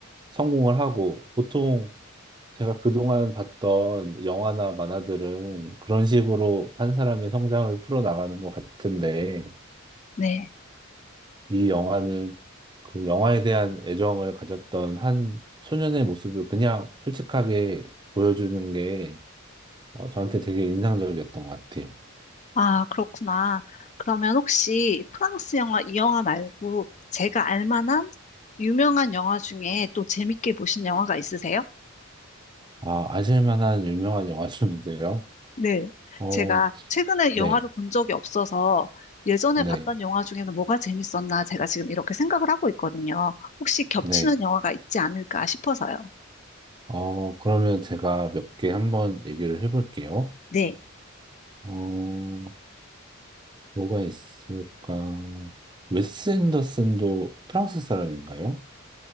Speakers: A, on the right; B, on the left.
A: 성공을 하고 보통 제가 그동안 봤던 영화나 만화들은 그런 식으로 한 사람의 성장을 풀어나가는 것 같은데
B: 네.
A: 이 영화는 그 영화에 대한 애정을 가졌던 한 소년의 모습을 그냥 솔직하게 보여주는 게 어, 저한테 되게 인상적이었던 것 같아요.
B: 아, 그렇구나. 그러면 혹시 프랑스 영화 이 영화 말고 제가 알 만한 유명한 영화 중에 또 재밌게 보신 영화가 있으세요?
A: 아, 아실 만한 유명한 영화 중이세요?
B: 네.
A: 어,
B: 제가 최근에
A: 네,
B: 영화를 본 적이 없어서 예전에
A: 네,
B: 봤던 영화 중에는 뭐가 재밌었나 제가 지금 이렇게 생각을 하고 있거든요. 혹시 겹치는
A: 네.
B: 영화가 있지 않을까 싶어서요.
A: 어, 그러면 제가 몇 개 한번 얘기를 해볼게요.
B: 네.
A: 어, 뭐가 있을까? 웨스 앤더슨도 프랑스 사람인가요?